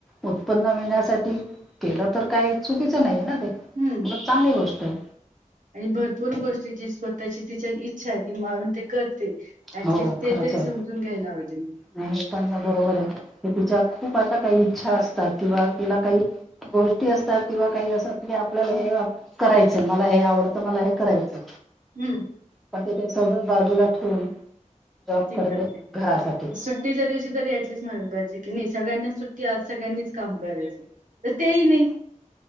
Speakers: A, in the centre; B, on the right.
A: उत्पन्न मिळण्यासाठी केलं तर काही चुकीचं नाहीये ना ते,
B: हम्म
A: उलट चांगली गोष्ट आहे.
B: आणि भरपूर गोष्टी जी स्वतःची तिच्या इच्छा आहे, ती मारून ते करते ऍटलिस्ट
A: हो
B: ते
A: खरंच
B: तरी
A: आहे.
B: समजून घ्यायला हवं त्यांनी.
A: हे पण बरोबर आहे तिच्या खूप अशा काही इच्छा असतात, किंवा तिला काही गोष्टी असतात, किंवा काही अस की आपल्याला हे करायचं, मला हे आवडतं मला हे करायचं.
B: हूं!
A: पण ते ते सगळं बाजूला ठेवून जॉब
B: ती करते.
A: घरासाठी
B: टीच्या दिवशी तरी ऍटलीस्ट म्हणायला पाहिजे की नही, सगळ्यांनाच सुट्टी आज सगळ्यांनीच काम करायचं. त तेही नही.